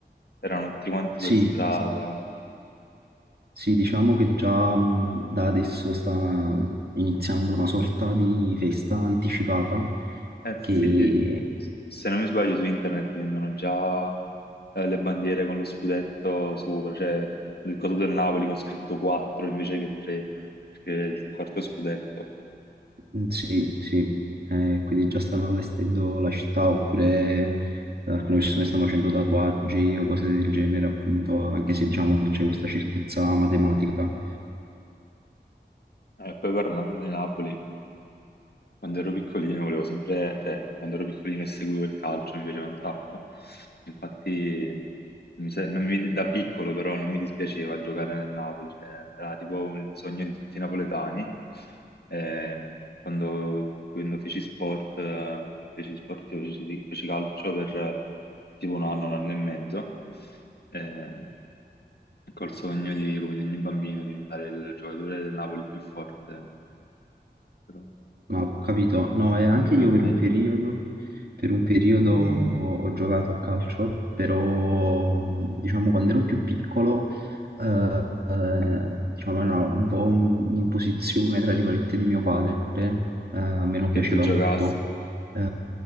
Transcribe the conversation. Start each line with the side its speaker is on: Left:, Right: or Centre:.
Left: erano tutti quanti
Right: sì,
Left: per strada.
Right: sì, diciamo che già mh, da adesso sta iniziando una sorta di festa anticipata
Left: Eh sì,
Right: che
Left: se non mi sbaglio su internet vendono già eh, le bandiere con lo scudetto sopra, cioè il coso del Napoli con scritto 4 invece che 3, perché è il quarto scudetto.
Right: Mm, Sì, sì, Eh, quindi già stanno allestendo la città oppure alcune persone stanno facendo tatuaggi o cose del genere, appunto, anche se diciamo non c'è questa certezza matematica.
Left: Eh, poi parlando di Napoli, quando ero piccolino volevo sempre, cioè quando ero piccolino e seguivo il calcio mi piaceva un sacco. Infatti Mi se- non mi- da piccolo però non mi dispiaceva giocare nel Napoli, cioè, era tipo il sogno di tutti i napoletani. Eh, quando, quando feci sport, eh, feci sport, io feci, feci calcio per eh, tipo un anno, un anno e mezzo, eh, col sogno di, come di ogni bambino, diventare il giocatore del Napoli più forte. Però
Right: Ma ho capito, no, e anche
Left: da tutto
Right: io
Left: ne fu
Right: per un periodo, per un periodo ho ho giocato a calcio, però mh, diciamo quando ero più piccolo, eh, eh, diciamo era un po' un- un'imposizione, tra virgolette, di mio padre, eh, a me non
Left: che
Right: piaceva
Left: tu giocassi,
Right: molto, Eh,